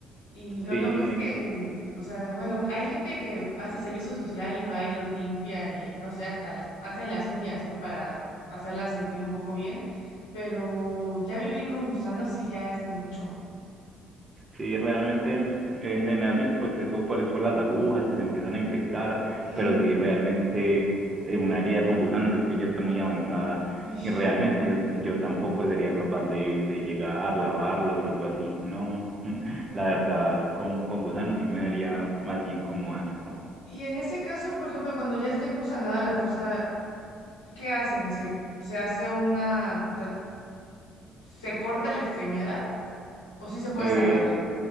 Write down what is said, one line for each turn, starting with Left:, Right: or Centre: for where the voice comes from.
Left: Y lo
Right: Sí,
Left: loco es
Right: eh,
Left: que, o sea, bueno, hay gente que hace servicio social y va y los limpia y no sé, hasta les hacen las uñas, ¿no? Para hacerlas sentir un poco bien, pero ya vivir con gusanos sí ya es mucho.
Right: sí, realmente es, eh, generalmente pues eso por, es por las agujas que se empiezan a infectar,
Left: Mm,
Right: pero sí, realmente eh, una herida con gusanos es que ya está muy avanzada
Left: ish.
Right: y realmente yo, yo tampoco sería capaz de, de llegar, lavarlos, algo así, no, <laughs> la verdad con, con gusanos sí me daría más bien como asco.
Left: Y en ese caso, por ejemplo, cuando ya está engusanada la cosa, ¿qué hacen? ¿Se, se hace una, o sea, se corta la extremidad o sí se puede
Right: Eh,
Left: salvar?